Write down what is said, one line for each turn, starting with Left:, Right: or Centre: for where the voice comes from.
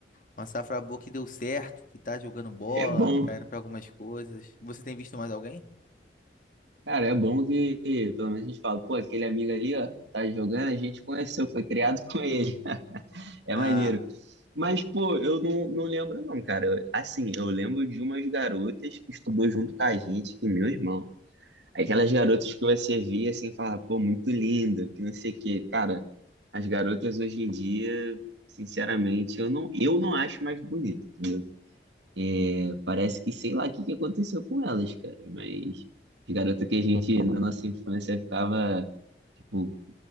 Left: Uma safra boa que deu certo, que tá jogando bola,
Right: É bom.
Left: que tá indo pra algumas coisas. Você tem visto mais alguém?
Right: Cara, é bom que que pelo menos a gente fala, pô, aquele amigo ali, ó, que tá jogando, a gente conheceu, foi criado com ele. É
Left: Ah,
Right: maneiro. Mas, pô, eu não, não lembro não, cara. Assim, eu lembro de umas garotas que estudou junto com a gente, que meu irmão. Aquelas garotas que você via assim, falar, pô, muito linda, que não sei o quê. Cara, as garotas hoje em dia, sinceramente, eu não, eu não acho mais bonito, entendeu? É, parece que sei lá o que que aconteceu com elas, cara, mas as garotas que a gente, na nossa infância, ficava, tipo,